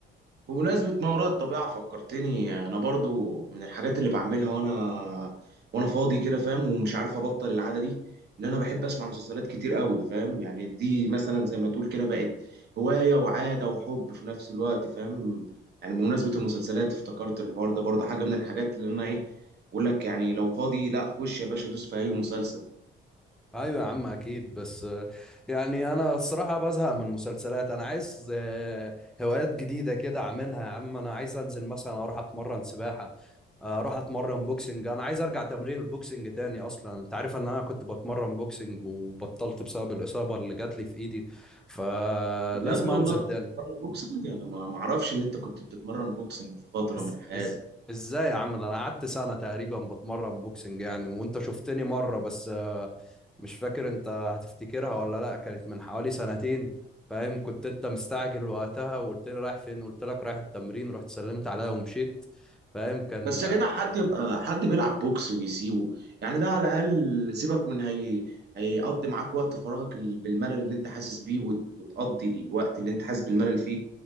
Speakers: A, on the right (about 55°); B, in the centre.
A: بمناسبة ما وراء الطبيعة فكرتني أنا برضو من الحاجات اللي بعملها وأنا وأنا فاضي كده فاهم ومش عارف أبطل العادة دي إن أنا بحب أسمع مسلسلات كتير قوي فاهم يعني دي مثلا زي ما تقول كده بقت هواية وعادة وحب في نفس الوقت فاهم يعني بمناسبة المسلسلات افتكرت الحوار ده برضه حاجة من الحاجات اللي أنا إيه بقول لك يعني لو فاضي لا خش يا باشا دوس في أي مسلسل
B: ايوه يا عم اكيد بس آه، يعني انا الصراحه بزهق من المسلسلات انا عايز آه، هوايات جديده كده اعملها يا عم انا عايز انزل مثلا اروح اتمرن سباحه آه، اروح اتمرن بوكسنج انا عايز ارجع تمرين البوكسنج تاني اصلا انت عارف ان انا كنت بتمرن بوكسنج وبطلت بسبب الاصابه اللي جات لي في ايدي فلازم
A: بجد والله
B: انزل
A: كنت
B: تاني
A: بتتمرن بوكسنج أنا ما ما أعرفش إن أنت كنت بتتمرن بوكسنج في فترة
B: إز...
A: من حياتك
B: إز... ازاي يا عم ده انا قعدت سنة تقريبا بتمرن بوكسنج يعني وانت شفتني مرة بس آه، مش فاكر انت هتفتكرها ولا لا كانت من حوالي سنتين فاهم كنت انت مستعجل وقتها وقلت لي رايح فين قلت لك رايح التمرين رحت سلمت عليها ومشيت فاهم كان
A: بس يا جدع حد يبقى حد بيلعب بوكس ويسيبه يعني ده على الاقل سيبك من هي هيقضي معاك وقت فراغك ال- بالملل اللي انت حاسس بيه وت- وتقضي الوقت اللي انت حاسس بالملل فيه